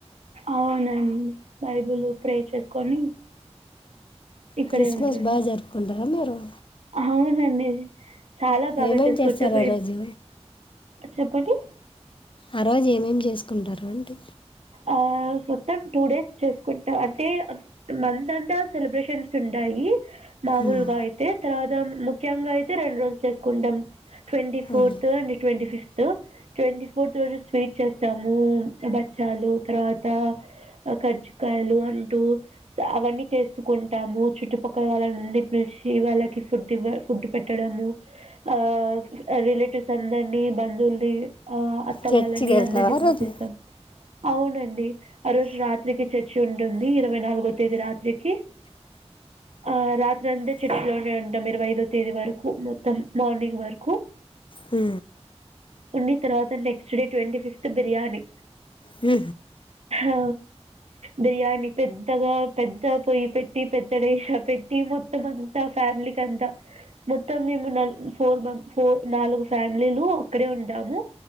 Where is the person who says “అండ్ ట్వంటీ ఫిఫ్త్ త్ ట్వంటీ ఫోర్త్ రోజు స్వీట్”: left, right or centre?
Right